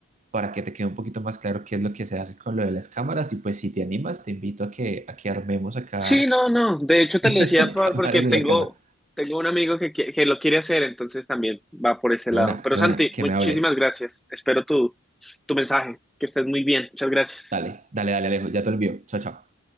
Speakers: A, on the right (about 30°); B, in the centre.
A: para que te quede un poquito más claro qué es lo que se hace con lo de las cámaras. Y pues si te animas, te invito a que, a que armemos acá
B: Sí, no, no. De hecho, te
A: <laughs>
B: lo decía por-
A: Cámaras
B: porque
A: en
B: tengo,
A: la casa.
B: tengo un amigo que, qui- que lo quiere hacer, entonces también va por ese
A: De
B: lado.
A: una,
B: Pero
A: de
B: Santi,
A: una, que
B: muchísimas
A: me hable.
B: gracias. Espero tu, tu mensaje. Que estés muy bien. Muchas gracias.
A: Dale, dale, dale, Alejo, ya te olvido. Chao, chao.